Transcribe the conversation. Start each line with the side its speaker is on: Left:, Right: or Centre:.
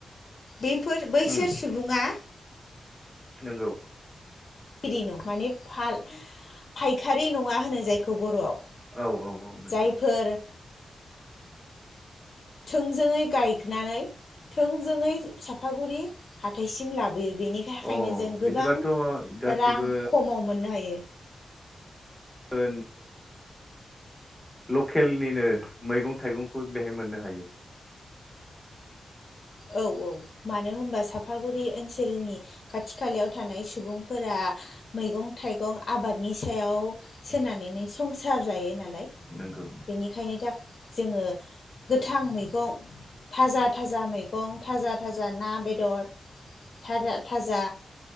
Left: बेफोर बैसोर
Centre: उम
Left: सुबुङा
Centre: नंगौ
Left: गिरि नङा माने फाल-फायखारि नङा होनो जायखौ बरआव।
Centre: औ औ औ नंगौ।
Left: जायफोर थोंजोङै गायनानै थोंजोङै साफागुरि हाथाइसिम लाबोयो। बेनि थाखायनो
Centre: अ
Left: जों
Centre: बिदिबाथ'
Left: गोबां
Centre: गासिबो
Left: रां खमाव मोननो हायो।
Centre: ओ लकेलनिनो मैगं थाइगंखौ बेहाय मोननो हायो।
Left: औ औ मानो होमबा साफागुरि ओनसोलनि खाथि खालायाव थानाय सुबुंफोरा मैगं थाइगं आबादनि सायाव सोनानै संसार जायो नालाय। बिनिखायनो
Centre: नंगौ
Left: जोङो गोथां मैंगं थाजा। थाजा मैगं थाजा थाजा ना बेदर थारा थाजा